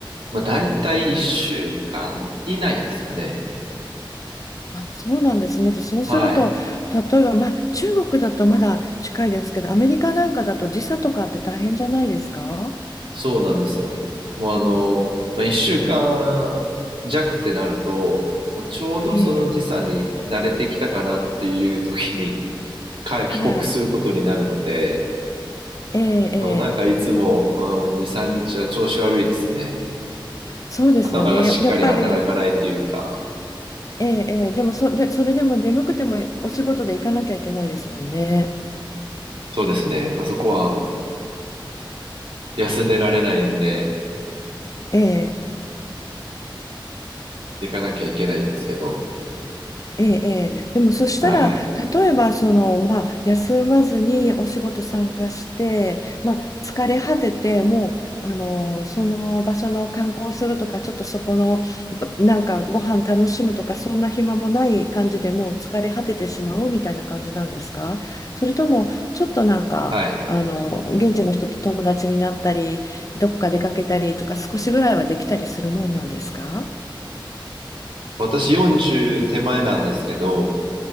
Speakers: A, on the right; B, on the left.
A: まあ、大体1週間以内ですかね。
B: あ、そうなんですね。で、そうすると、
A: はい。
B: 例えば、まあ、中国だとまだ近いですけど、アメリカなんかだと時差とかって大変じゃないですか
A: そうなんですよ。もうあの、まあ、一週間弱ってなると、もうちょうどその時差に慣れてきたかなっていう時に
B: ええ、
A: <laughs> 帰帰国することになるので、
B: はい。ええ、ええ、
A: あのなんかいつも、うん、2、3日は調子悪いですね。
B: そうですよね。
A: 頭がしっかり働かないっていうか、
B: ややっぱり、ええ、ええ、でもそ、で、それでも眠くてもお仕事で行かなきゃいけないですもんね。
A: そうですね。まあ、そこは休んでられないんで、
B: ええ
A: 行かなきゃいけないんですけど、
B: ええ、ええでもそしたら、
A: はい。
B: 例えばその、まあ、休まずにお仕事参加して、まあ、疲れ果てて、もうあのその場所の観光するとか、ちょっとそこのなんかご飯楽しむとか、そんな暇もない感じでもう疲れ果ててしまうみたいな感じなんですかそれとも、ちょっとなんかあの現地の人と友達になったり、
A: はい。
B: どっか出かけたりとか、少しぐらいはできたりするもんなんですか
A: 私40手前なんですけど、